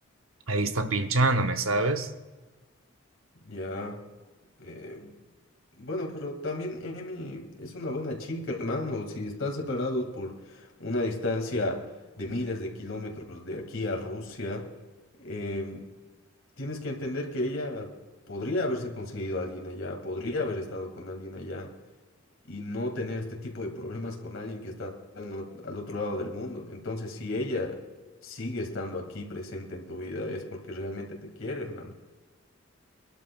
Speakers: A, on the right; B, on the left.
A: ahí está pinchándome, ¿sabes?
B: Ya. eh, bueno, pero también Emi es una buena chica, hermano. Si están separados por una distancia de miles de kilómetros de aquí a Rusia. em, tienes que entender que ella podría haberse conseguido a alguien allá, podría haber estado con alguien allá y no tener este tipo de problemas con alguien que está al, no- al otro lado del mundo. Entonces, si ella sigue estando aquí presente en tu vida, es porque realmente te quiere, hermano.